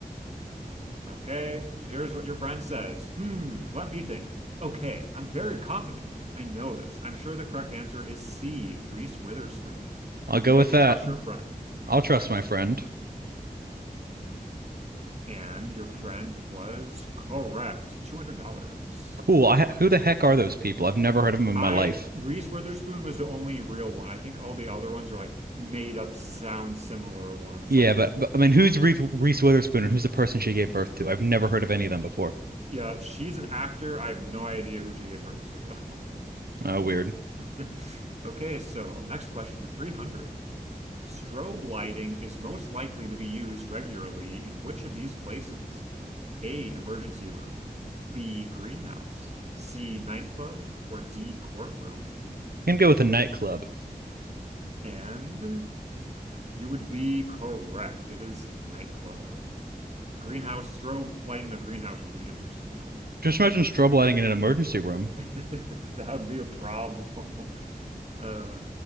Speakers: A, on the right; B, on the right.
A: Okay, here's what your friend says. Hmm, let me think. Okay, I'm very confident. I know this. I'm sure the correct answer is C. Reese Witherspoon.
B: I'll
A: Would
B: go
A: you like
B: with
A: to
B: that.
A: trust your friend? All
B: I'll
A: right.
B: trust my friend.
A: And your friend was correct. $200.
B: Cool. I, ha- who the heck are those people? I've never heard of them in
A: I,
B: my life.
A: Reese Witherspoon was the only real one. I think all the other ones are like made up sound similar ones.
B: Yeah,
A: Like,
B: but, but I mean, who's Reese, Reese Witherspoon and who's the person she gave birth to? I've never heard of any of them before.
A: yeah, she's an actor. I have no idea who she gave birth to,
B: Oh, weird.
A: though. <laughs> Okay, so next question for 300. Strobe lighting is most likely to be used regularly in which of these places? A, emergency room, B, greenhouse, C, nightclub, or D, courtroom?
B: Can go with a nightclub.
A: And you would be correct. It is nightclub. The greenhouse, strobe light in the greenhouse would be interesting though.
B: Just imagine strobe lighting in an emergency room,
A: <laughs> That would be a problem. <laughs> Uh,